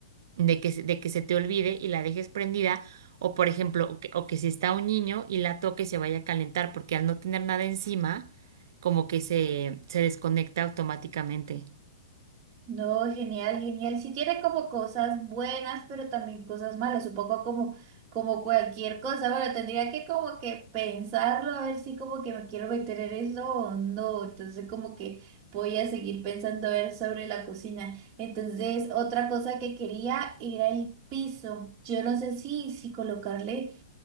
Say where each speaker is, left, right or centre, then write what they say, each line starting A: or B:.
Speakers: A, on the right; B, on the right.
A: de que, se- de que se te olvide y la dejes prendida. O, por ejemplo, o que, o que si está un niño y la toque se vaya a calentar, porque al no tener nada encima, como que se, se desconecta automáticamente.
B: No, genial, genial. Sí tiene como cosas buenas, pero también cosas malas, un poco como, como cualquier cosa. Bueno, tendría que como que pensarlo, a ver si como que me quiero meter en eso o no. Entonces como que voy a seguir pensando a ver sobre la cocina. Entonces, otra cosa que quería era el piso. Yo no sé si, si colocarle.